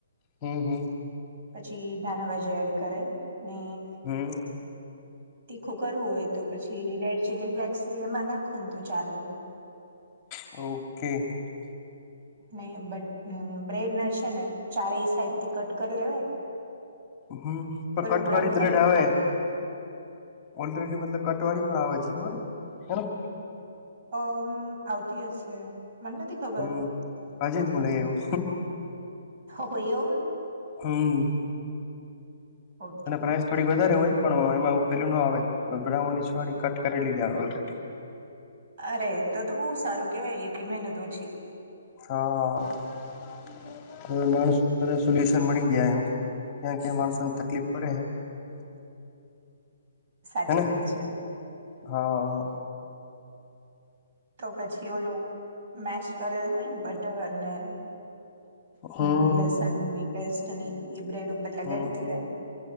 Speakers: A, on the left; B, on the right.
A: હમ હમ
B: પછી ધાણા ભાજી એડ કરે ને
A: હમ
B: તીખું કરવું હોય તો પછી રેડ ચીલી ફ્લેક્સની એમાં નાખો ને તો ચાલે એમ
A: ઓકે.
B: ને બ્રેડ ના છે ને ચારેય સાઈડથી કટ કરી લેવાય
A: હમ પણ
B: ઓલું
A: કટવાળી
B: બ્રાઉન
A: બ્રેડ
B: કલર
A: આવે. ઓલરેડી મતલબ કટવાળડી પણ આવે છે થો હે
B: અ આવતી હશે મને નથી ખબર
A: હમ હજી જ મું લઈ આવ્યો.
B: હ હો એવું
A: હમ
B: ઓકે
A: અને પ્રાાઈસ થોડી વધારે હોય પણ એમાં પેલું ના આવે બ્રાઉનીસોળી કટ કરી લીધી આવે ઓલરેડી.
B: અરે તો તો બહુ સારું કેવાય એટલી મહેનત ઓછી.
A: હા માણસ સોલ્યુશન મળી ગયા એમ. ક્યાં ક્યાં માણસો ને તકલીફ પડે હ
B: સાચી
A: હેને
B: વાત છે
A: હા.
B: તો પછી ઓ લોકો મેશ કરેલ હોય ને બટર ને
A: હા
B: હમ લસણ ની પેસ્ટ ની એ બ્રેડ ઉપર લગાડી
A: હા
B: દેવાય